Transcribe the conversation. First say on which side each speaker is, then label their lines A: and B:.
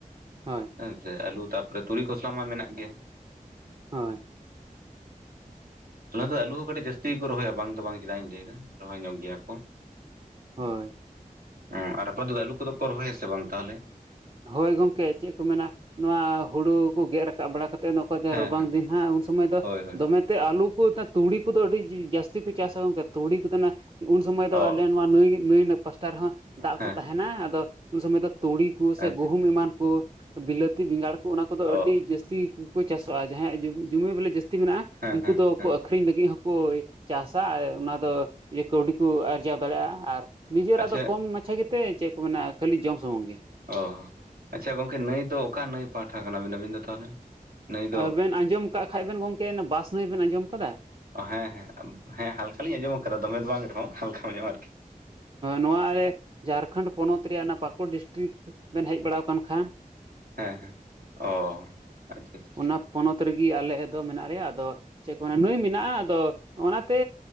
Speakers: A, on the right; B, on the right.
A: ᱦᱚᱭ
B: ᱦᱮᱸᱥᱮ ᱟᱞᱩ ᱛᱟᱯᱚᱨᱮ ᱛᱩᱲᱤ ᱠᱷᱚᱥᱞᱟ ᱢᱟ ᱢᱮᱱᱟᱜ ᱜᱮᱭᱟ᱾
A: ᱦᱳᱭ
B: ᱚᱱᱟ ᱫᱚ ᱟᱞᱩ ᱦᱚᱸ ᱠᱟᱹᱴᱤᱡ ᱡᱟᱥᱛᱤ ᱛᱤ ᱠᱚ ᱨᱚᱦᱚᱭᱟ ᱵᱟᱝ ᱫᱚ ᱵᱟᱝ ᱪᱮᱫᱟᱜ ᱤᱧ ᱞᱟᱹᱭᱮᱫᱟ ᱨᱚᱦᱚᱭ ᱧᱚᱜ ᱜᱮᱭᱟ ᱠᱚ
A: ᱦᱳᱭ
B: ᱦᱮᱸ ᱟᱨ ᱟᱯᱟ ᱫᱚ ᱟᱞᱩ ᱠᱚᱫᱚ ᱠᱚ ᱨᱚᱦᱚᱭᱟ ᱥᱮ ᱵᱟᱝ ᱛᱟᱦᱚᱞᱮ
A: ᱦᱳᱭ ᱜᱚᱢᱠᱮ ᱪᱮᱫ ᱠᱚ ᱢᱮᱱᱟ ᱱᱚᱣᱟ ᱦᱩᱲᱩ ᱠᱚ ᱜᱮᱫ ᱨᱟᱠᱟᱵ ᱵᱟᱲᱟ ᱠᱟ ᱠᱟᱛᱮᱫ᱾
B: ᱦᱮᱸ
A: ᱨᱟᱵᱟᱝ
B: ᱦᱮᱸ
A: ᱫᱤᱱ ᱦᱟᱸᱜ ᱩᱱ ᱥᱚᱢᱚᱭ ᱫᱚ
B: ᱦᱳᱭ ᱦᱳᱭ
A: ᱫᱚᱢᱮ ᱛᱮ ᱟᱞᱩ ᱠᱚ ᱛᱩᱲᱤ ᱠᱚᱫᱚ ᱟᱹᱰᱤ ᱡᱟᱹᱥᱛᱤ ᱠᱚ ᱪᱟᱥᱟ, ᱚᱱᱠᱟ ᱛᱩᱲᱤ ᱠᱚ ᱛᱟᱦᱮ ᱩᱱ ᱥᱚᱢᱚᱭ ᱫᱚ
B: ᱚ
A: ᱞᱮᱱ ᱱᱚᱣᱟ ᱱᱟᱹᱭ ᱯᱟᱥᱴᱟ ᱨᱮᱦᱚᱸ ᱫᱟᱜ
B: ᱦᱮᱸ
A: ᱠᱚ ᱛᱟᱦᱮᱸᱱᱟ, ᱟᱫᱚ ᱩᱱ ᱥᱚᱢᱚᱭ ᱫᱚ ᱛᱩᱲᱤ ᱥᱮ
B: ᱟᱪᱪᱷᱟ
A: ᱜᱩᱦᱩᱢ
B: ᱟᱪᱪᱷᱟ
A: ᱮᱢᱟᱱ ᱠᱚ, ᱵᱤᱞᱟᱹᱛᱤ, ᱵᱮᱸᱜᱟᱲ ᱠᱚ, ᱚᱱᱟ ᱠᱚᱫᱚ ᱟᱹᱰᱤ
B: ᱚ
A: ᱡᱟᱹᱥᱛᱤ ᱾ ᱡᱟᱹᱥᱛᱤ ᱠᱚ ᱪᱟᱥᱚᱜᱼᱟ, ᱡᱟᱦᱟᱸᱭᱟᱜ ᱡᱩᱚᱢᱤ ᱵᱚᱞᱮ ᱡᱟᱹᱥᱛᱤ ᱢᱮᱱᱟᱜᱼᱟ
B: ᱦᱮᱸ
A: ᱩᱱᱠᱩ
B: ᱦᱮᱸ
A: ᱫᱚᱠᱚ
B: ᱦᱮᱸ
A: ᱟᱹᱠ ᱟᱠᱷᱨᱤᱧ ᱞᱟᱹᱜᱤᱫ ᱦᱚᱸᱠᱚ ᱪᱟᱥᱟ ᱟᱨ ᱚᱱᱟ ᱫᱚ ᱠᱟᱹᱣᱰᱤ ᱠᱚ ᱟᱨ ᱟᱨᱡᱟᱣ ᱫᱟᱲᱮᱭᱟᱜᱼᱟ, ᱟᱨ ᱱᱤᱡᱮᱨᱟᱜ
B: ᱟᱪᱪᱷᱟ
A: ᱫᱚ ᱠᱚᱢ ᱢᱟᱪᱷᱟ ᱜᱮᱛᱮ ᱪᱮᱫ ᱠᱚ ᱢᱮᱱᱟ ᱠᱷᱟᱹᱞᱤ ᱡᱚᱢ ᱥᱩᱢᱩᱝ ᱜᱮ ᱾
B: ᱚ ᱟᱪᱷᱟ ᱜᱚᱝᱠᱮ ᱱᱟᱹᱭ ᱫᱚ ᱚᱠᱟ ᱱᱟᱹᱭ ᱯᱟᱦᱟᱴᱟ ᱠᱟᱱᱟᱵᱤᱱ ᱟᱹᱵᱤᱱ ᱫᱚ ᱛᱟᱦᱚᱞᱮ? ᱱᱟᱹᱭ ᱫᱚ
A: ᱟᱵᱮᱱ ᱟᱸᱡᱚᱢ ᱠᱟᱜ ᱠᱷᱟᱡ ᱵᱮᱱ ᱜᱚᱝᱠᱮ ᱵᱟᱥ ᱱᱟᱹᱭ ᱵᱮᱱ ᱟᱸᱡᱚᱢ ᱠᱟᱫᱟ
B: ᱦᱮᱸᱻᱦᱮᱸᱻᱦᱮᱸ ᱦᱟᱞᱠᱟᱞᱤᱧ ᱟᱸᱡᱚᱢ ᱠᱟᱫᱟ ᱫᱚᱢᱮ ᱫᱚ ᱵᱟᱝ ᱨᱮᱦᱚᱸ ᱦᱟᱞᱠᱟ ᱧᱚᱜᱼᱟ ᱟᱨᱠᱤ ᱾
A: ᱱᱚᱣᱟ ᱟᱞᱮ ᱡᱷᱟᱲᱠᱷᱚᱸᱰ ᱯᱚᱱᱚᱛ ᱨᱮᱭᱟᱜ ᱚᱱᱟ ᱯᱟᱠᱩᱲ ᱰᱤᱥᱴᱤᱠ ᱵᱮᱱ ᱦᱮᱡ ᱵᱟᱲᱟ ᱠᱟᱱ ᱠᱷᱟᱱ ᱾
B: ᱦᱮᱸᱻᱦᱮᱸ ᱚ ᱟᱪᱷᱟ ᱟᱪᱷᱟ ᱾
A: ᱚᱱᱟ ᱯᱚᱱᱚᱛ ᱨᱮᱜᱮ ᱟᱞᱮ ᱫᱚ ᱢᱮᱱᱟᱜ ᱞᱮᱭᱟ ᱟᱫᱚ ᱪᱮᱫ ᱠᱚ ᱢᱮᱱᱟ ᱱᱚᱭ ᱢᱮᱱᱟᱜᱼᱟ ᱾ ᱟᱫᱚ ᱚᱱᱟᱛᱮ